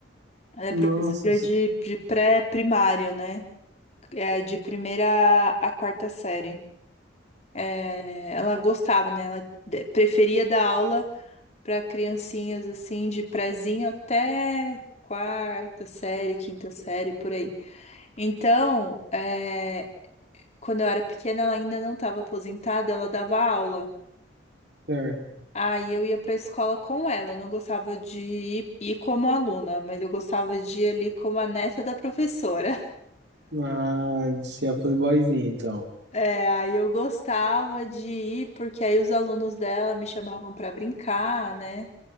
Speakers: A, on the left; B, on the right.
A: Ela é
B: Nossa,
A: professora de, de pré-primário, né? É, de primeira a quarta série. É, ela gostava, né? Ela de- preferia dar aula para criancinhas assim, de prézinho até quarta série, quinta série, por aí. Então, é, quando eu era pequena, ela ainda não estava aposentada, ela dava aula.
B: certo.
A: Aí eu ia para a escola com ela. Eu não gostava de ir, ir como aluna, mas eu gostava de ir ali como a neta da professora.
B: Ah, você é playboyzinho, então.
A: É, aí eu gostava de ir, porque aí os alunos dela me chamavam para brincar, né?